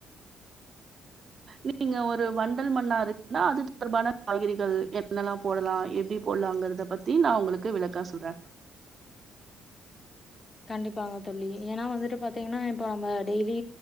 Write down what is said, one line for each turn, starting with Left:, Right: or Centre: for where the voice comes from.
Right: நீங்க ஒரு வண்டல் மண்ணா இருக்குன்னா அது தொடர்பான காய்கறிகள் என்னலா போட்லா எப்டி போடலாங்கறத பத்தி நா உங்களுக்கு விளக்கோ சொல்ற
Left: கண்டிப்பாங்க தோழி ஏனா வந்துட்டு பாத்தீங்கன்னா இப்ப நம்ம டெய்லி